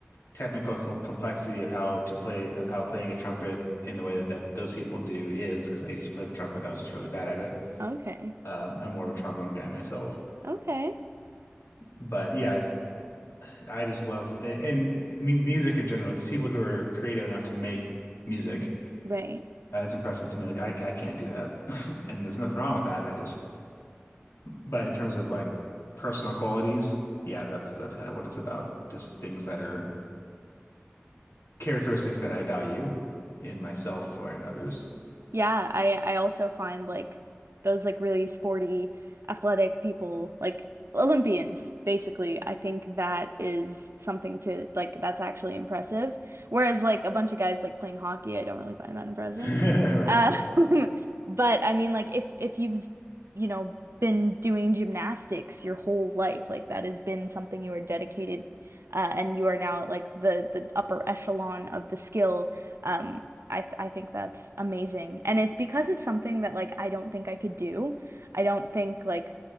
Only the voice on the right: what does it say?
Okay.
Okay.
Right.
Yeah, I I also find like those like really sporty, athletic people, like Olympians, basically. I think that is something to like that's actually impressive. Whereas like a bunch of guys like playing hockey, I don't really find that impressive.
Uh,
<laughs> but I mean like if if you've, you know, been doing gymnastics your whole life, like that has been something you are dedicated uh, and you are now at like the the upper echelon of the skill. Um, I th I think that's amazing, and it's because it's something that like I don't think I could do. I don't think like